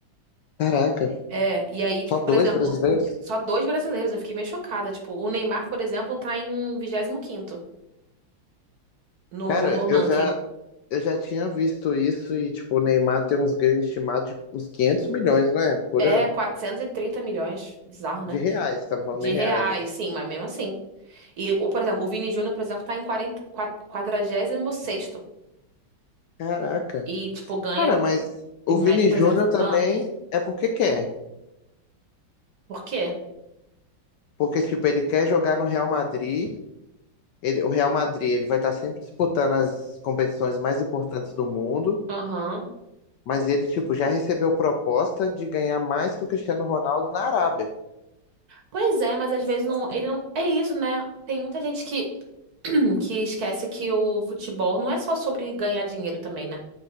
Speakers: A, on the left; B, on the right.
A: Caraca.
B: É, e aí, tipo,
A: Só dois
B: por exemplo,
A: brasileiros?
B: só dois brasileiros, eu fiquei meio chocada. Tipo, o Neymar, por exemplo, tá em vigésimo quinto. no,
A: Cara,
B: no ranking.
A: eu já, eu já tinha visto isso e, tipo, o Neymar tem uns ganhos estimados de uns 500 milhões, né? Por
B: É
A: ano.
B: 430 milhões. Bizarro, né?
A: De reais, tá falando
B: De
A: em
B: reais,
A: reais, né?
B: sim, mas mesmo assim. E, o, por exemplo, o Vini Júnior, por exemplo, tá em 40, 46 sexto
A: Caraca.
B: e, tipo, ganha
A: Cara, mas o
B: em média
A: Vini
B: trezentos
A: Júnior também
B: Ah,
A: é porque quer.
B: por quê?
A: Porque, tipo, ele quer jogar no Real Madrid. Ele, o Real Madrid, ele vai estar sempre disputando as competições mais importantes do mundo.
B: Aham.
A: Mas ele, tipo, já recebeu proposta de ganhar mais que o Cristiano Ronaldo na Arábia.
B: Pois é, mas às vezes não, ele não... É isso, né? Tem muita gente que, <clears throat> que esquece que o futebol não é só sobre ganhar dinheiro também, né?